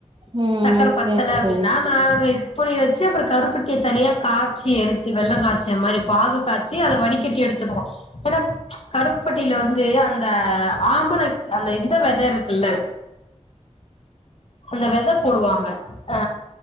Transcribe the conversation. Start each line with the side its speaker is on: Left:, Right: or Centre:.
Right: ம்
Left: சக்கர பத்தல
Right: சேரி சேரி
Left: அப்டின்னா நாங்க இப்பிடி வச்சி அப்புறோ கருப்பட்டிய தனியா காய்சி எடுத்து வெள்ள காய்ச்ச மாரி பாகு காச் ச்சி அத வடக்கட்டி எடுத்துக்குனு ஏனா கருப்பட்டியில வந் து அந்த ஆமணக் அந்த இந்த வெத இருக்குல்ல அந்த வெத போடுவாங்க அ